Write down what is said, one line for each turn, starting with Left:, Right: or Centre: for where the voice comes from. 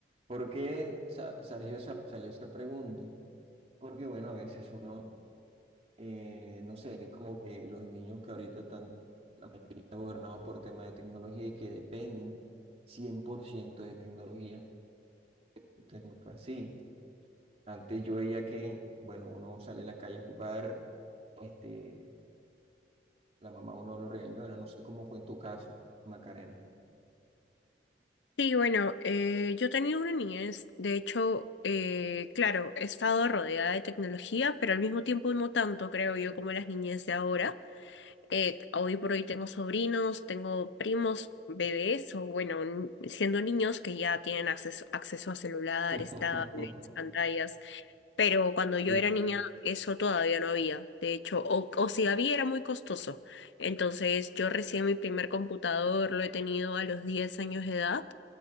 Right: ¿Por qué sa- salió esa, salió esa pregunta? Porque, bueno, a veces uno, eh, no sé, como que los niños que ahorita están, la mayoría gobernados por temas de tecnología y que dependen 100% de tecnología, entonces no fue así. Antes yo veía que, bueno, uno sale a la calle a jugar, este, la mamá uno lo regañó, bueno, no sé cómo fue en tu caso, Macarena.
Left: Sí, bueno, eh, yo he tenido una niñez, de hecho, eh, claro, he estado rodeada de tecnología, pero al mismo tiempo no tanto, creo yo, como las niñez de ahora. Eh, hoy por hoy tengo sobrinos, tengo primos, bebés, o bueno, n- siendo niños que ya tienen acceso, acceso a celulares,
Right: <laughs>
Left: tablets, pantallas, pero cuando
Right: Sí.
Left: yo era niña eso todavía no había, de hecho, o, o si había era muy costoso. Entonces yo recién mi primer computador lo he tenido a los 10 años de edad.